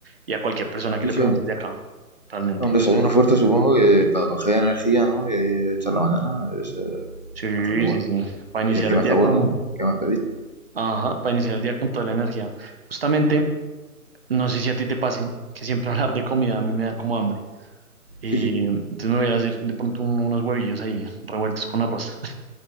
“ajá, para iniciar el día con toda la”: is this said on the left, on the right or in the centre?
Right